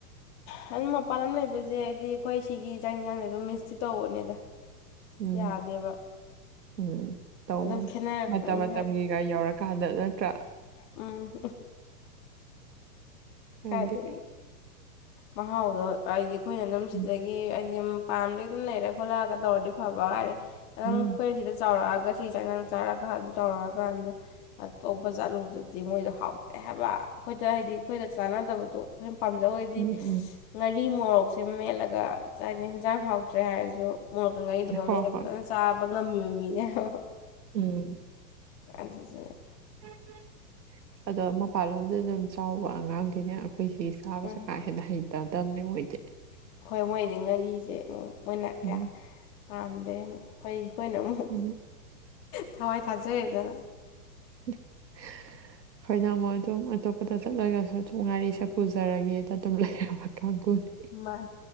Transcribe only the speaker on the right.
ꯎꯝ
ꯎꯝ ꯇꯧꯕꯅꯦ
ꯃꯇꯝ ꯃꯇꯝꯒꯤ ꯒꯥ ꯌꯧꯔꯀꯥꯟꯗ ꯅꯠꯇ꯭ꯔꯥ꯫
ꯍꯥꯏꯗꯤ
ꯎꯝ
ꯎꯝ
ꯎꯝ ꯎꯝ
ꯍꯣꯏ
ꯍꯣꯏ
ꯎꯝ
ꯇꯤꯠ ꯇꯤꯠ ꯑꯗꯣ ꯃꯄꯥꯜꯂꯣꯝꯗ ꯑꯗꯨꯝ ꯆꯥꯎꯕ ꯑꯉꯥꯡꯗꯤꯅꯦ ꯑꯩꯈꯣꯏ ꯁꯤ ꯁꯥꯕꯁꯦ
ꯀꯥ ꯍꯦꯟꯅ ꯍꯩꯇꯗꯕꯅꯤ ꯃꯣꯏꯗꯤ
ꯎꯝ
ꯎꯝ꯫
<inaudible> ꯑꯩꯈꯣꯏꯅ ꯑꯃꯨꯛ ꯑꯗꯨꯝ ꯑꯇꯣꯞꯄꯗ ꯆꯠꯂꯒꯁꯨ ꯑꯗꯨꯝ ꯉꯥꯏꯔꯤꯁꯦ ꯄꯨꯖꯔꯒꯦꯗ ꯑꯗꯨꯝ ꯂꯩꯔꯕ ꯀꯥꯡꯕꯨꯅꯤ